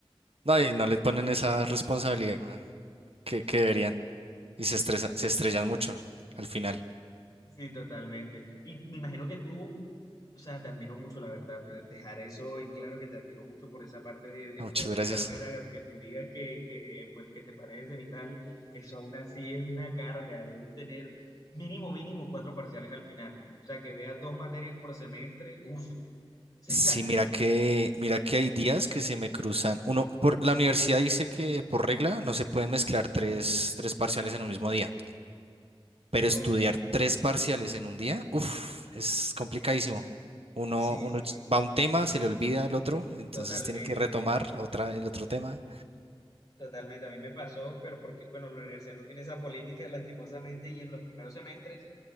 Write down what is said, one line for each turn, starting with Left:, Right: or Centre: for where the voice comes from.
Right: No, y no le ponen esa responsabilidad que, que deberían. Y se estresa- se estrellan mucho al final.
Left: Sí, totalmente. Y me imagino que tú, o sea, te admiro mucho, la verdad. pues, Dejar eso en claro que te admiro mucho por esa parte de
Right: Ah,
Left: estudiar
Right: Muchas gracias.
Left: dos carreras, aunque tú digas que, que, pues, que se parecen y tal, eso aún así es una carga. Debes tener mínimo, mínimo cuatro parciales al final. O sea, que veas dos materias por semestre, uff. <laughs>
Right: Sí,
Left: O
Right: mira que, mira que
Left: sea,
Right: hay días que se me cruzan. Uno, por la universidad dice que por regla no se pueden mezclar tres, tres parciales en un mismo día. pero estudiar
Left: ok,
Right: tres parciales en un día, uff, es complicadísimo. Uno,
Left: sí,
Right: uno
Left: sí,
Right: ch- va a un tema, se le olvida el otro, entonces
Left: totalmente.
Right: tiene que retomar otra, el otro tema.
Left: Totalmente, a mí me pasó, pero porque, bueno, la universidad no tiene esa política, <laughs> lastimosamente, y en los primeros semestres,